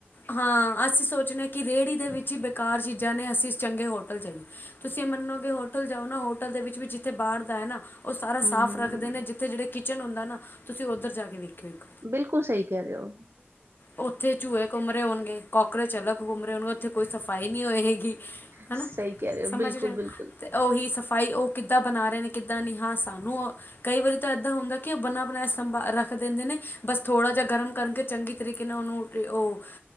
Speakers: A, on the left; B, on the right.
A: ਹਾਂ, ਅਸੀਂ ਸੋਚਨੇ ਆ ਕਿ ਰੇਹੜੀ ਦੇ ਵਿੱਚ ਈ ਬੇਕਾਰ ਚੀਜ਼ਾਂ ਨੇ ਅਸੀਂ ਚੰਗੇ ਹੋਟਲ ਜਾਈਏ। ਤੁਸੀਂ ਮੰਨੋਗੇ ਹੋਟਲ ਜਾਓ ਨਾ ਹੋਟਲ ਦੇ ਵਿੱਚ ਵੀ ਜਿੱਥੇ ਬਾਰ ਦਾ ਏ ਨਾ ਉਹ ਸਾਰਾ
B: ਹਮ
A: ਸਾਫ਼
B: ਹਮ
A: ਰੱਖਦੇ ਨੇ ਜਿੱਥੇ ਜਿਹੜੇ ਕਿਚਨ ਹੁੰਦਾ ਨਾ ਤੁਸੀਂ ਉੱਧਰ ਜਾ ਕੇ ਵੇਖਿਓ ਇੱਕ
B: ਬਿਲਕੁਲ ਸਹੀ ਕੈਰੇ ਓ।
A: ਉੱਥੇ ਚੂਏ ਘੁੰਮ ਰੇ ਹੋਣਗੇ, ਕਾਕਰੋਚ ਅਲਗ ਘੂਮ ਰੇ ਹੋਣ ਉੱਥੇ ਕੋਈ ਸਫਾਈ ਨੀ ਹੋਏਗੀ। ਹਨਾ
B: ਸਹੀ ਕਹਿ ਰਹੇ ਹੋ
A: ਸਮਝ
B: ਬਿਲਕੁਲ
A: ਰੇਓ
B: ਬਿਲਕੁਲ
A: ਤੇ ਉਹੀ ਸਫਾਈ ਉਹ ਕਿੱਦਾਂ ਬਣਾ ਰੇ ਨੇ ਕਿੱਦਾਂ ਨੀ ਹਾਂ ਸਾਨੂੰ ਉ ਕਈ ਵਾਰੀ ਤਾਂ ਏਦਾਂ ਹੁੰਦਾ ਕਿ ਉਹ ਬਣਾ ਬਣਾਇਆ ਸੰਭਾ, ਰੱਖ ਦਿੰਦੇ ਨੇ ਬਸ ਥੋੜ੍ਹਾ ਜਿਹਾ ਗਰਮ ਕਰਕੇ ਚੰਗੀ ਤਰੀਕੇ ਨਾਲ ਉਹਨੂੰ ਉਹ